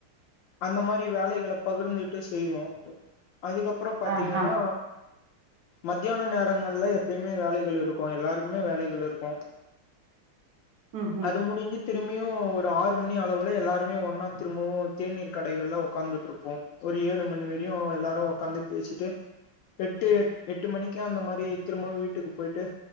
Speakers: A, on the left; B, on the right.
A: அந்த மாரி வேலைகள பகிர்ந்துட்டு செய்வோ. அதுக்கப்பறோ பாத்தீங்கன்னா
B: ஆஹா
A: மத்யான நேரங்கள்ல எப்பயுமே வேலைகள் இருக்கு எல்லாருக்குமே வேலைகள் இருக்கு.
B: ம் ம்
A: அது முடிஞ்சு திரும்பியு ஒரு ஆறு மணி அளவுல எல்லாருமே ஒன்னா திரும்பவு தேநீர் கடைகள்ல உக்காந்துட்ருப்போ. ஒரு ஏழு மணி வரையு எல்லாரு உக்காந்து பேசிட்டு எட்டு எட்டு மணிக்கு அந்த மாரி திரும்பவு வீட்டுக்கு போயிட்டு